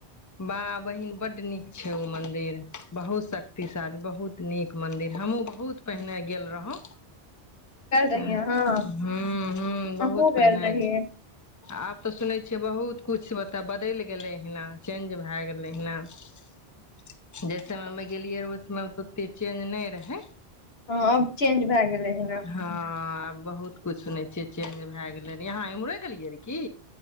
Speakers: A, on the left; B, on the left.
A: भा बहिन बडनी छै ओ मन्दिर बहुत शक्तिशाली बहुत नीक मंन्दिर हमहूँ बहुत पहिने गेल रहौँ
B: रहियै
A: ह
B: अहाँ
A: ह
B: हमहुँ
A: बहुत पहिने
B: गेल रहियै
A: आब तऽ सुनै छियै बहुत किछ मता बदलि गेलै हना चेंज भए गेलै हना जै समयमे गेलियै र ओहि समय तऽ ओते चेंज नहि रहे
B: हँ आब चेंज भए गेलै हन
A: हँ आब बहुत कुछ सुनै छियै चेंज भए गेले यहाँ इम्हरे गेलियै र की